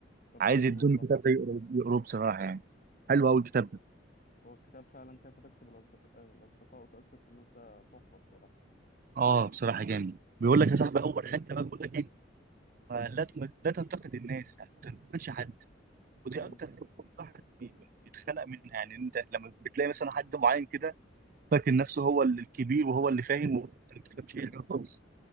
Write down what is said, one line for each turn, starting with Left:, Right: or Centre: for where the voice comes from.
Left: طب
Right: عايز
Left: جامد
Right: يدوم
Left: والله
Right: الكتاب ده يقرا- يقروه بصراحه يعني حلو
Left: امم
Right: قوي الكتاب ده
Left: هو الكتاب فعلا كيف تكسب الأصدقاء الأصدقاء وتأثر في الناس ده تحفة بصراحة
Right: اه بصراحه جامد بيقول لك يا صاحبي اول حته بقى بيقول لك ايه آه، لا تم- لا تنتقد الناس يعني ما تنتقدش حد ودي
Left: امم
Right: اكتر حته الواحد بي- بيتخلق منها يعني انت لما بتلاقي مثلا حد معين كده فاكر نفسه هو الكبير وهو اللي فاهم وانت ما بتفهمش اي حاجه خالص